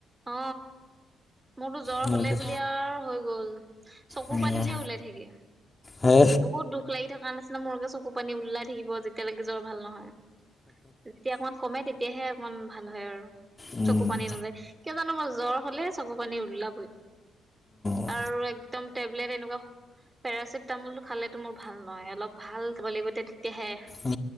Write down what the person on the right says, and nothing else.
অ'। মোৰতো জ্বৰ
হলে বুলি আৰু হৈ গল, চকুৰ
পানীহে ওলাই থাকে।
বহুত দুখ লাগি থকাৰ নিচিনা মোৰকে চকু পানী ওলাই থাকিব যেতিয়ালৈকে জ্বৰ ভাল নহয়। যেতিয়া অকমান কমে তেতিয়াহে অকমান ভাল হয় আৰু,
চকু পানী নোলে কিয় ম জ্বৰ হলে চকু পানী উওললাবই
আৰু, এক একম টেবলেট এনেকুৱা, পেৰাচিটামল খালেতো মোৰ ভাল নহয় অলপ ভাল খাব লাগিব। তেতিয়াহে